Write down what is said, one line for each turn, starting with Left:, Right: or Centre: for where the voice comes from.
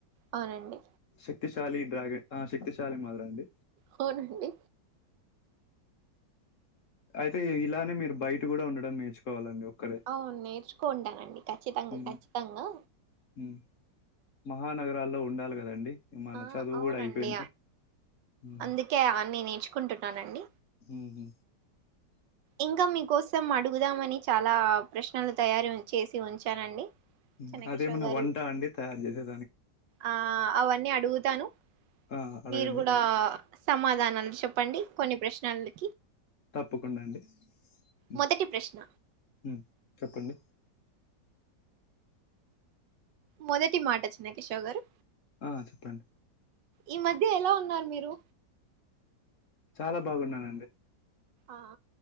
Right: అవునండి
Left: శక్తిశాలి డ్రాగన్ ఆ శక్తిశాలి మాదిరండి
Right: అవునండి
Left: అయితే ఇలానే మీరు బయట కూడా ఉండడం నేర్చుకోవాలండి ఒక్కరే
Right: అవును నేర్చుకోంటానండి ఖచ్చితంగా
Left: ఉమ్,
Right: ఖచ్చితంగా
Left: ఉమ్. మహానగరాల్లో ఉండాలి కదండి మన
Right: ఆ
Left: చదువు
Right: అవునండి
Left: కూడా అయిపోయింది మ్
Right: అందుకే అన్ని నేర్చుకుంటున్నానండి
Left: మ్ హు
Right: ఇంకా మీకోసం అడుగుదామని చాలా ప్రశ్నలు తయారు చేసి ఉంచానండి
Left: హ్మ్
Right: చెన్నకేశవ్
Left: అదేమన్నా
Right: గారు
Left: వంట అండి తయారు చే
Right: ఆ అవన్నీ అడుగుతాను
Left: ఆ అడగండి
Right: మీరు కూడా సమాధానాలు చెప్పండి కొన్ని ప్రశ్నలకి
Left: తప్పకుండా అండి హ్మ్
Right: మొదటి ప్రశ్న
Left: ఉమ్ చెప్పండి
Right: మొదటి మాట చెన్నకిషోర్ గారు
Left: ఆ చెప్పండి
Right: ఈ మధ్య ఎలా ఉన్నారు మీరు
Left: చాలా బాగున్నానండి
Right: ఆహ